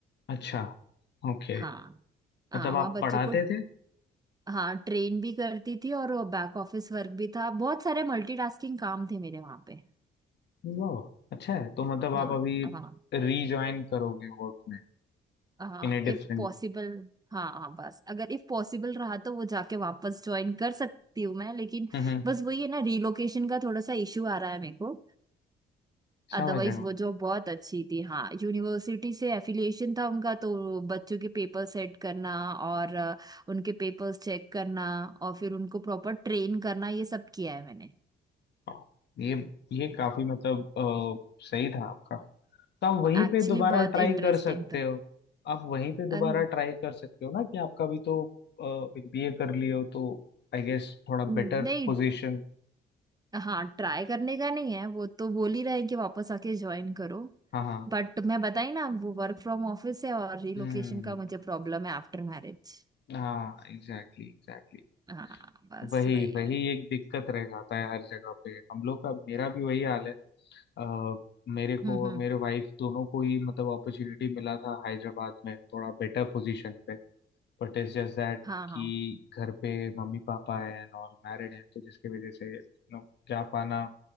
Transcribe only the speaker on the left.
अच्छा ओके
मतलब
आप
पढ़ाते
थे
वाह अच्छा है तो मतलब आप
अभी
रीजॉइन करोगे वर्क में
In a
different
हम्म
समझ रहे हो
वाह, ये ये काफी मतलब अ, सही था आपका तो आप वहीं
पे दोबारा
ट्राई
कर सकते
हो आप वहीं पे दोबारा
ट्राई कर सकते हो ना कि आपका भी तो बीए कर लिए हो तो आई गेस थोड़ा
बेटर पोजीशन
हाँ हाँ
हम्म
हाँ एग्जैक्टली एग्जैक्टली
वही
वही
एक दिक्कत रह जाता है हर जगह पे हम लोग का मेरा भी वही हाल है अ, मेरे को
और मेरे वाइफ दोनों को ही मतलब अपॉर्चुनिटी मिला था हैदराबाद में थोड़ा बेटर पोजीशन पे बट इट्स जस्ट दैट
कि घर पे मम्मी पापा है एंड ऑल मैरिड है तो जिसकी वजह से नो जा पाना